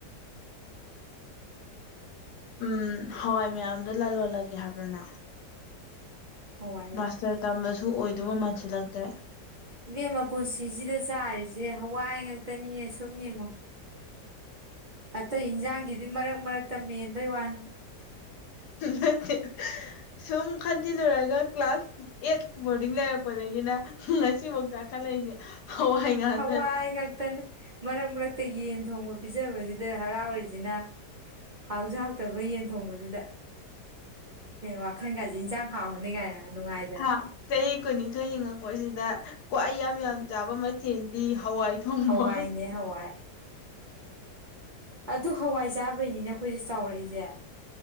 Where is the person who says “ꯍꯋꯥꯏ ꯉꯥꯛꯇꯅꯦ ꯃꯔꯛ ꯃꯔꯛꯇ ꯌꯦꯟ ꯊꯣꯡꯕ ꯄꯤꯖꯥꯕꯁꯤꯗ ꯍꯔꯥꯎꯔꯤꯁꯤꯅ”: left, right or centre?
Right